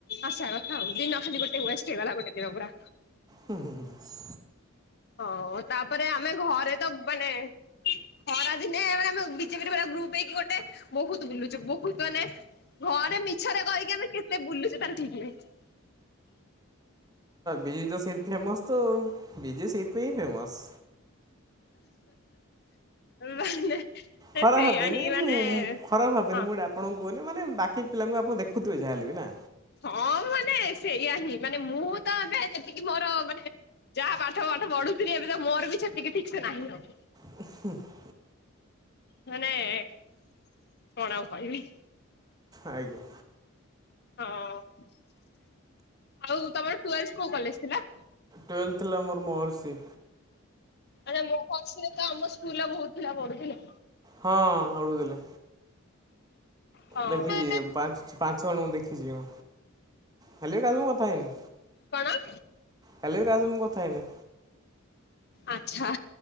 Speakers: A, on the left (about 50°); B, on the right (about 20°).
A: ଆସିବା କଥା। ହଉ ଦିନ ଖଲିି ଗଟେ ୱେଷ୍ଟ ହେଇ ଗଲା ଗୋଟେ ଦିନ ପୁରା।
B: ହୁଁ ହୁଁ ହୁଁ।
A: ହଁ ତାପରେ ଆମେ ଘରେ ତ ବାନେ ଖରାଦିନେ ମାନେ ଆମେ ବି ଜେ ପି ରେ ପୁରା ଗ୍ରୁପ ହେଇକି ଗୋଟେ ବହୁତ ବୁଲୁଛୁ ବହୁତ ମାନେ ଘରେ ମିଛରେ କହିକି ଆମେ କେତେ ବୁଲୁଛ ତାହେଲେ ଠିକ ନାହିଁ।
B: ଦିଜେ ସେଇ ଫେମସ ତ ଆଉ ଦିଜେ ସେଇଥି ପାଇଁ ହିଁ ଫେମସ।
A: ମାନେ
B: ଖରାପ
A: ସେଇଆ
B: ଭାବିବେନି
A: ହିଁ
B: ମୁଁ
A: ମାନେ
B: ଖରାପ ଭାବିବେନି
A: ହଁ
B: ମୁଁ ଡ ଆପଣ କହୁନି ମାନେ ବାକି ପିଲାଙ୍କୁ ଆପଣ ଦେଖୁଥିବେ ଯାହାହେଲେ ବି ନା।
A: ହଁ ମାନେ ସେଇଆ ହିଁ ମାନେ ମୁଁ ତ ଏବେ ଯେତିକି ମୋର ମାନେ ଯାହା ପାଠ ପାଠଢୁଥିଲି ଏବେ ତ ମୋର ବି ସେତିକି ଠିକ ସେ ନାହିଁ ଆଉ।
B: <unintelligible>
A: ମାନେ କଣ ଆଉ କହିବି।
B: ଆଜ୍ଞା।
A: ହଁ ଆଉ ତମର ଟ୍ୱେଲ୍ଥ କୋଉ କଲେଜ ଥିଲା?
B: ଟ୍ୱେଲ୍ଥ ଥିଲା ମୋର ମହର୍ଷି।
A: ମାନେ ମୋହର୍ଷି ରେ ତ ଆମ ସ୍କୁଲର ବହୁତ ପିଲା ପଢୁଥିଲେ।
B: ହଁ ହବୁ ଥିଲେ।
A: ହଁ
B: ଦେଖିଛି ପା ପାଞ୍ଚ ଜଣଙ୍କୁ ଦେଖିଛି ମୁଁ ଖାଲି କା ଥା ହେଇନି
A: କଣ?
B: ହେଲେ ରେ କାହା ସହ ମୁ କଥା ହେଇନି।
A: ଆଚ୍ଛା।